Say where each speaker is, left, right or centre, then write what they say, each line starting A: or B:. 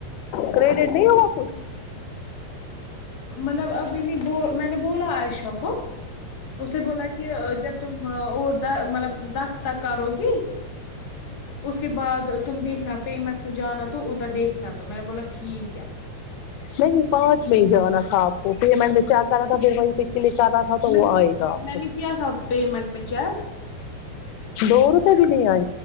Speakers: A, on the left; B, on the left.
A: کریڈٹ نہیں ہوا کچھ
B: مطلب انہیں میں نے بولا عائشہ کو اسے بولا کہ جب تم اور مطلب دس تک کرو گی اس کے بعد تم دیکھنا پیمنٹ میں جانا تو ادھر دیکھنا تو میں نے بولا ٹھیک ہے
A: نہیں پانچ میں ہی جانا تھا آپ کو پھر میں نے چار طرح کا پھر وہ لے جانا تھا تو
B: میں
A: وہ
B: نے
A: آئے گا آپ
B: میں
A: کو
B: نے کیا تھا پیمنٹ میں چیک
A: دو روپئے بھی نہیں آئے